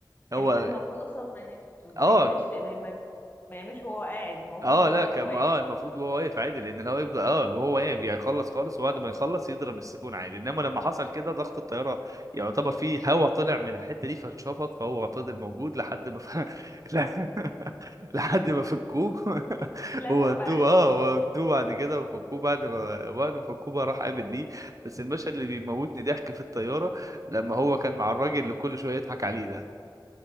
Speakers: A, on the right (about 45°); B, on the left (about 25°).
A: هو
B: يعني كان المفروض اصلا ما ما
A: اه
B: يعملش ما, ما, ما يعملش هو قاعد المفروض
A: اه
B: هو
A: لا
B: واق-
A: كان
B: واقف
A: اه المفروض وهو واقف عادي لان لو يفضل اه وهو واقف يعني يخلص خالص وبعد ما يخلص يضرب السيفون عادي انما لما حصل كده ضغط الطياره يعتبر فيه هوا طلع من الحته دي فاتشفط فهو فضل موجود لحد ما ف... <laughs> لا- لحد ما فكوه <laughs>
B: اتلزق
A: وودوه
B: بقى
A: اه وودوه بعد كده وفكوه بعد ما وقت ما فكوه بقى راح قابل ليه بس المشهد اللي بيموتني ضحك في الطياره لما هو كان مع الراجل اللي كل شويه يضحك عليه ده